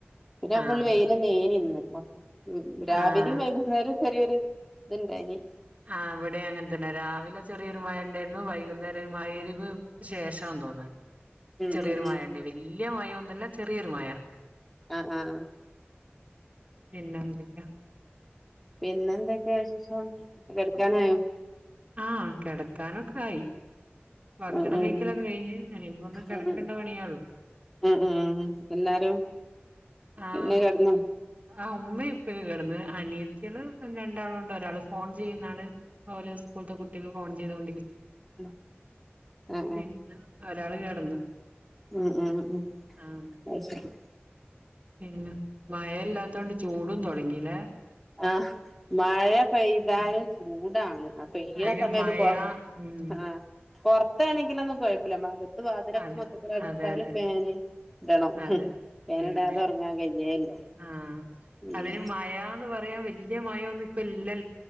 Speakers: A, in the centre; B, on the right.
A: പിന്നെ
B: ആഹ്
A: ഫുള്ള് വെയില ന്നേനിന്ന്. <inaudible> രാവിലിം
B: ആഹ്
A: വൈകുന്നേരം ചെറിയൊരു ഇത്ണ്ടായ്നി
B: ആ ഇവ്ടെ അങ്ങൻ തന്നെ രാവിലെ ചെറിയൊരു മഴ ഇണ്ടായിര്ന്നു വൈകുന്നേരം മഗ്‌രിബ് ശേഷന്ന് തോന്ന്
A: ഉം
B: ചെറിയൊരു
A: ഉം
B: മഴ
A: ഉം
B: ഉണ്ട് വല്യ മഴന്നു നല്ല ചെറിയൊരു മഴ
A: ആ ആ
B: എന്നാഎട്ക്ക
A: പിന്നെ എന്തൊക്കെയ വിശേഷം കെടക്കാനായോ
B: ആ കിടക്കാനൊക്കായി ഭക്ഷണം
A: ഉം ഉം
B: കഴിക്കലൊക്ക കഴിഞ്ഞ് എനിപ്പം ഒന്ന് കിടക്കണ്ട
A: ഉം
B: പണിയെള്ളൂ
A: ഉം ഉം ഉം എല്ലാരും
B: ആ
A: പിന്നെ കെടന്നോ
B: ആ ഉമ്മ ഇപ്പിം ഒക്കെ കിടന്ന് അനിയത്തിള് രണ്ടാൾണ്ട് ഒരാള് ഫോൺ ചെയ്യുന്നാണ് ഓൾ സ്കൂൾത്തെ കുട്ടിക്ക് ഫോൺ ചെയ്തൊണ്ട്
A: ആ ആ
B: പിന്നെ ഒരാള് കിടന്ന്
A: ഉം ഉം
B: ആഹ്
A: അശേരി
B: പിന്നെ മയ ഇല്ലാത്തോണ്ട് ചൂടുംതൊടങ്ങി ങ്ങിലെ
A: ആ മഴപെയ്താലും ചൂടാണ് അപെയ്യണ
B: അയിന്
A: സമയത്ത്
B: മഴ
A: പോ
B: ഉം
A: ആ പുറത്താണെങ്കിലൊന്നും കുഴപ്പില്ല വാതിലൊക്കെ
B: അതെ
A: മൊത്തത്തില് അടച്ചാല്
B: അതെ അതെ
A: ഫാന് ഇടണം
B: അതെ
A: ഫാനിടാതെ
B: ഉം
A: ഒറങ്ങാൻ കഴിയേല്ല
B: ആ
A: ഉം
B: അതിന് മഴാന്ന് പറയാൻ വ വല്യ മഴന്നു പെയ് ല്ല